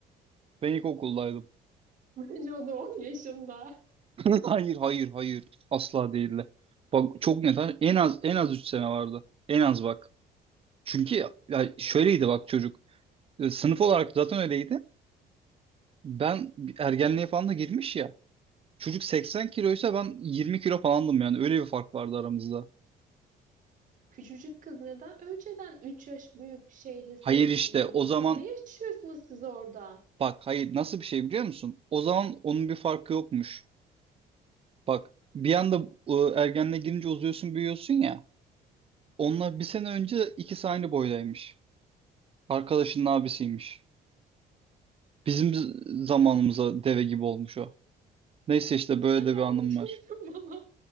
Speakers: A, on the right (about 35°); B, on the right (about 50°).
A: Ben ilkokuldaydım.
B: Bence o da 10 yaşında.
A: <laughs> Hayır hayır hayır. Asla değildi. Bak çok net. En az en az 3 sene vardı. En az bak. Çünkü ya şöyleydi bak çocuk. Ee, Sınıf olarak zaten öyleydi. Ben ergenliğe falan da girmiş ya. Çocuk 80 kiloysa ben 20 kilo falandım yani. Öyle bir fark vardı aramızda.
B: Küçücük kız neden önceden 3 yaş büyük şeyle sevgili?
A: Hayır işte o
B: Bu-
A: zaman
B: Ne yaşıyorsunuz siz orada?
A: bak hayır nasıl bir şey biliyor musun? O zaman onun bir farkı yokmuş. Bak bir anda e, ergenliğe girince uzuyorsun büyüyorsun ya. Onunla bir sene önce ikisi aynı boydaymış. Arkadaşının abisiymiş. Bizim z- zamanımıza deve gibi olmuş o. Neyse işte
B: Sen
A: böyle de
B: ne
A: bir
B: anlatıyorsun
A: anım var.
B: <laughs> bana?